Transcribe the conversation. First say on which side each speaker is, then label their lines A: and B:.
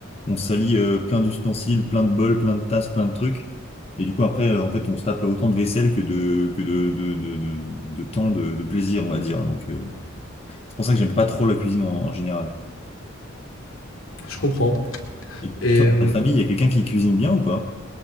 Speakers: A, on the left; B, on the left.
A: on salit euh, plein d'ustensiles, plein de bols, plein de tasses, plein de trucs. Et du coup, après, euh, en fait, on se tape autant de vaisselle que de que de de de de, de temps de, de plaisir, on va dire. Donc euh, c'est pour ça que j'aime pas trop la cuisine en, en général.
B: Je comprends.
A: Et
B: Et
A: toi,
B: euh,
A: dans ta famille, il y a quelqu'un qui cuisine bien ou pas?